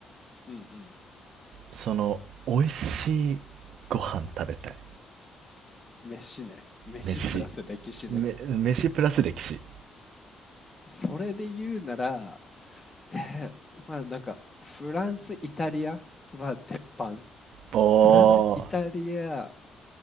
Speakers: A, on the left; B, on the right.
A: うん、うん
B: その、美味しいご飯食べたい。
A: 飯ね。飯プラス歴史ね。
B: 飯。め、飯プラス歴史。
A: それで言うなら、えーまあなんか、フランス、イタリアは鉄板。
B: おー。
A: フランス、イタリア、